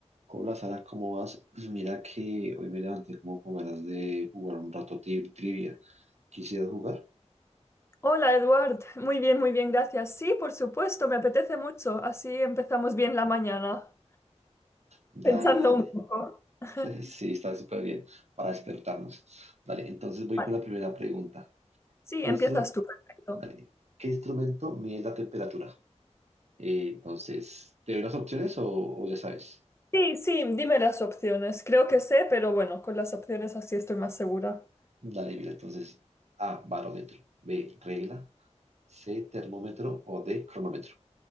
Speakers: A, on the right (about 65°); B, on the left (about 20°).
A: Hola Sara, ¿cómo vas? Pues Mira que hoy me levanté como con ganas de jugar un rato tri- trivia. ¿Quisieras jugar?
B: Hola, Eduard. Muy bien, muy bien, gracias. Sí, por supuesto, me apetece mucho. Así empezamos bien la mañana,
A: Dale,
B: pensando
A: dale.
B: un poco. <laughs>
A: <laughs> Sí, está súper bien para despertarnos. Dale, entonces voy
B: Vale.
A: con la primera pregunta.
B: Sí,
A: ¿Qué,
B: empiezas
A: instru-
B: tú, perfecto.
A: dale. ¿Qué instrumento mide la temperatura? Eh, entonces, ¿te doy las opciones o, o ya sabes?
B: Sí, sí, dime las opciones. Creo que sé, pero bueno, con las opciones así estoy más segura.
A: Dale, mira, entonces, A, barómetro, B, regla, C, termómetro o D, cronómetro.